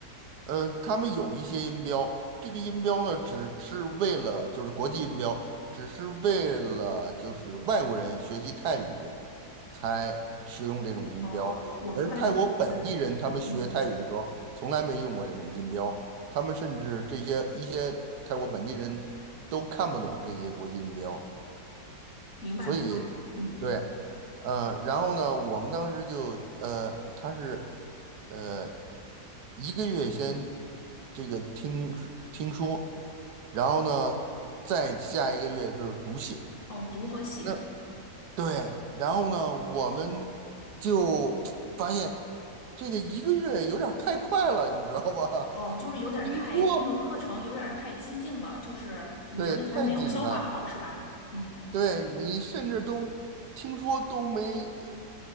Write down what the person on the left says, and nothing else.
哦，我我明白你的意思，
嗯，
明白明白，
嗯，
哦，读和写。
哦，就是有点儿太，
那个课程有点儿太激进了，就是你觉得还没有消化好是吧？
嗯，